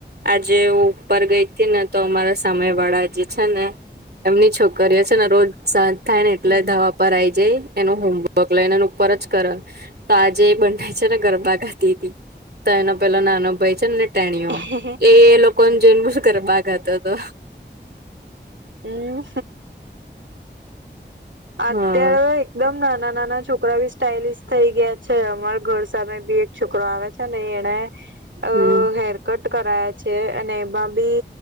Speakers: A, on the right (about 60°); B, on the right (about 85°).
A: આજે હ ઉપર ગઈ હતી ને તો અમારા સામે વાળા જે છે ને એમની છોકરીઓ છે ને રોજ સાંજ થાય ને એટલે
B: હમ
A: ધબ ઉપર આઈ જાય એનું હોમવર્ક લઈને એ ઉપર જ કર તો આજે બંધાય છે ને ગરબા ગ તો એનો પેલો નાનો ભાઈ છે ને તેણીઓ
B: હા
A: એ લોકોને જોઈને બુસુ કરે બા ગાતો તો.
B: હમ્મ અત્યારે
A: હા
B: દમ નાના નાના છોકરા બી સ્ટઇલિશ થઈ ગયા છે અમારા ઘર સામે બી એક છોકરો આવે છે ને એણે <unintelligible>
A: હમ્મ
B: હેરકટ કરાયા છે અને એમાં બી